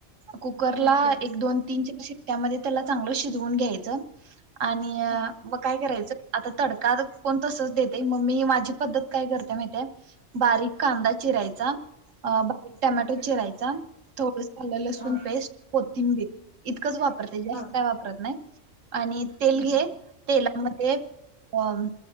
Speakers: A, on the right; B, on the left.
A: कुकरला
B: ओके
A: एक, दोन, तीन, चार शिट्यामध्ये त्याला चांगलं शिजवून घ्यायचं आणि
B: हा
A: मग काय करायचं आता, तडका कोण तसच देते, म, मी माझी पद्धत काय करते, माहितेय बारीक कांदा चिरायचा टमॅटो
B: ओके
A: चिरायचा, थोडसं आलं, लसूण
B: हा
A: पेस्ट कोथिंबीर इ इतकंच वापरते, जास्त
B: हा
A: काय वापरत नाय, आणि तेल
B: ओके
A: घे, तेला मध्ये, अ,